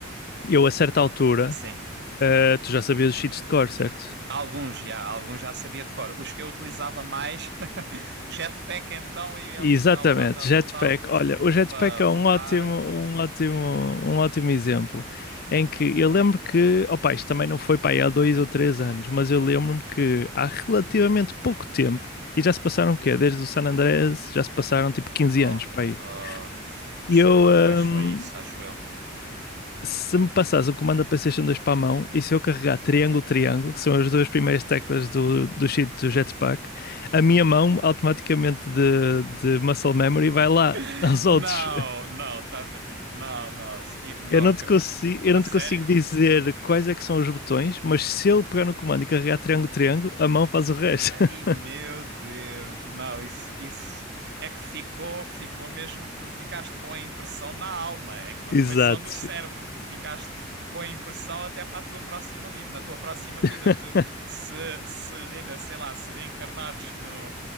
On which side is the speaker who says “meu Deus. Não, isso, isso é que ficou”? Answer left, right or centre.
Right